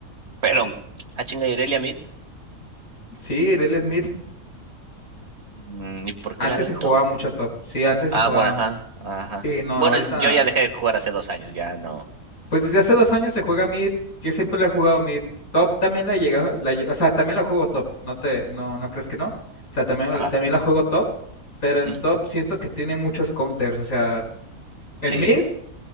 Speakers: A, on the right; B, on the left.
A: Pero, ah, chinga, Irelia Mid.
B: Sí, Irelia Smith.
A: Mm, ¿Y por
B: Antes
A: qué la veo
B: se
A: en
B: jugaba
A: top?
B: mucho a top. Sí, antes
A: Ah,
B: se jugaba.
A: bueno, ajá, ajá.
B: Y no, ahorita.
A: Bueno, es- yo ya dejé de jugar hace dos años, ya no.
B: Pues desde hace dos años se juega mid. Yo siempre la he jugado mid. Top también la llega. La, lle- o sea, también la juego top. No te, no, no crees que no. O sea, también,
A: Ajá.
B: también la juego top. Pero en
A: ujú,
B: top siento que tiene muchos counters. O sea, en
A: Sí.
B: mid,